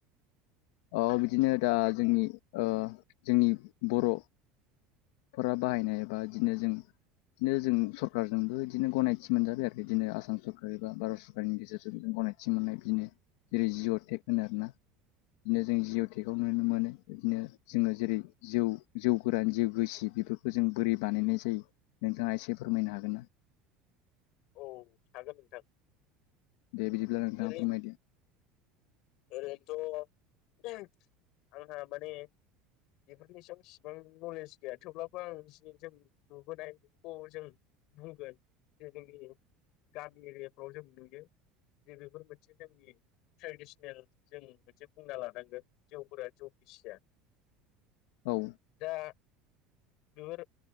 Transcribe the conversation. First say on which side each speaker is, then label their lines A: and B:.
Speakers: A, on the left (about 80°); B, on the left (about 55°).
A: अ बिदिनो दा ओ जोंनि जोंनि बर फोरा बाहायनाय एबा बिदिनो जों बिदिनो जों सरखारजोंबो बिदिनो गनायथि मोनजाबाय आरो बिदिनो आसाम सरकार एबा भारत सरकारनि गेजेरजोंबो गनायथि खाथि मोननाय बिदिनो जेरै जिअटेक होनो आरोना बिदिनो जों जिअटेकाव नुनो मोनो बिदिनो जोङो जेरै जौ जौ गोरान जिउ रोसि बेफोरखौ जों बोरै बानायनाय जायो नोंथाङा एसे फोरमायनो हागोन ना?
B: औ हागोन नोंथां
A: दे बिदिब्ला नोंथाङा
B: ओरै
A: फोरमायदो
B: ओरैनोथ ओं आंहा माने बेफोरनि सायाव इसिबां नलेज गैया थेवब्लाबो आं जि जों नुबोनाय फजों बुंगोन जे जोंनि गामि एरियाफ्राव जों नुयो जे बेफोर मोनसे जोंनि ट्रेडिसनेल जों मोनसे बुंना लानांगोन जौफोरा जौ गिसिया
A: औ
B: दा बेफोर